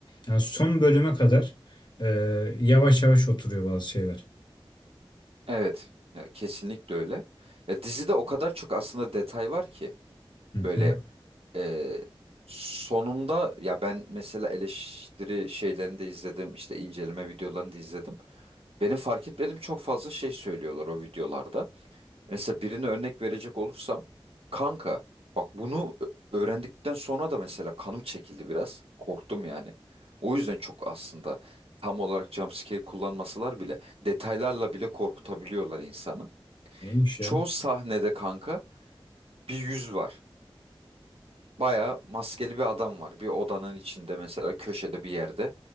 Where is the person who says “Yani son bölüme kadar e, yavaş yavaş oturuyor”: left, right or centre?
Left